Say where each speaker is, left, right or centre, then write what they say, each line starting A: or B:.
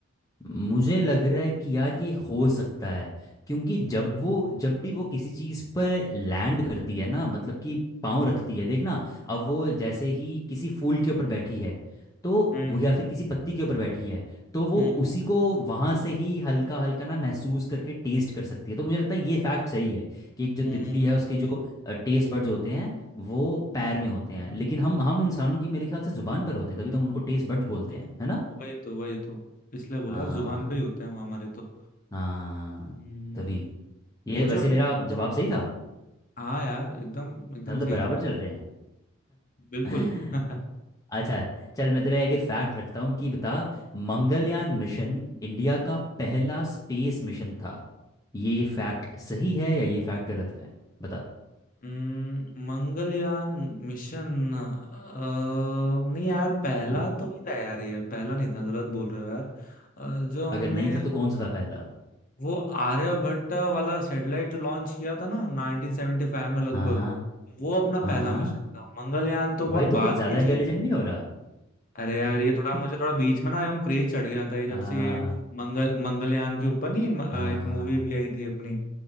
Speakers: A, on the left; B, on the left.
A: मुझे लग रहा है कि यार ये हो सकता है क्योंकि
B: है
A: जब
B: हम्म
A: वो जब भी वो किसी चीज़ पर लैंड करती है ना मतलब कि पाँव रखती है देखना अब वो जैसे ही किसी फूल के ऊपर बैठी है तो
B: हम्म
A: वो या फिर किसी पत्ती के ऊपर बैठी है तो वो
B: हम्म
A: उसी को वहाँ से ही हल्का हल्का ना महसूस करके टेस्ट कर सकती है तो मुझे लगता है ये फैक्ट सही है कि एक जो
B: हम्म
A: तितली है उसके जो टेस्ट बड्स होते हैं वो पैर में होते हैं लेकिन हम हम इंसानों की मेरे ख्याल से जुबान पर होते हैं तभी तो हम उनको टेस्ट बड्स बोलते
B: हम्म,
A: हैं है
B: वही तो वही तो इसलिए बोला
A: ना
B: जुबान पे ही होते हैं वो हमारे तो
A: हाँ
B: हम्म
A: तभी ये
B: पूछो
A: वैसे
B: अभी
A: मेरा
B: तुम पूछो
A: जवाब सही था
B: हाँ यार एकदम एकदम
A: मतलब
B: सही
A: बराबर
B: था
A: चल रहे हैं
B: बिल्कुल
A: <laughs>
B: <laughs>
A: अच्छा चल मैं तेरे आगे फैक्ट रखता हूँ कि बता मंगलयान मिशन इंडिया का पहला स्पेस मिशन था ये फैक्ट सही है या ये फैक्ट गलत है बता
B: हम्म, मंगलयान मिशन अ, नहीं यार पहला
A: हम्म।
B: तो नहीं था यार ये पहला नहीं था गलत बोल रहे हो यार अ, जो हमने
A: अगर नहीं था तो कौन सा था पहला
B: वो आर्यभट्ट वाला सैटेलाइट जो लॉन्च किया था ना 1975 में लगभग
A: हाँ हाँ
B: वो अपना
A: हाँ
B: पहला
A: हाँ
B: मिशन था मंगलयान तो बहुत
A: भाई तो कुछ
B: बात
A: ज़्यादा
B: की चीज
A: इंटेलिजेंट
B: है
A: नहीं हो रहा
B: अरे यार ये थोड़ा मुझे
A: <laughs>
B: थोड़ा बीच में ना हम क्रेज चढ़ गया था ये जब
A: हाँ
B: से ये मंगल मंगलयान के ऊपर नहीं म- अ,
A: हाँ
B: एक मूवी भी आई थी अपनी